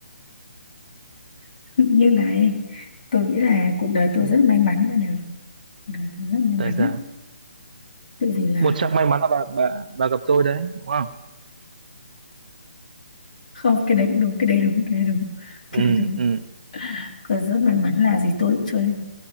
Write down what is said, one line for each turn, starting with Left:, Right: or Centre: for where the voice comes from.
Left: <laughs> như này tôi nghĩ là cuộc đời tôi
Right: ừ.
Left: rất may mắn bạn ạ cuộc đời tôi rất may mắn
Right: tại sao
Left: đấy tự vì là
Right: một trong may mắn là bà bà bà gặp tôi đấy đúng không
Left: không cái đấy cũng đúng cái đấy đúng cái đấy đúng
Right: ừ
Left: cái đấy đúng
Right: ừ
Left: còn rất may mắn là gì tôi cũng chơi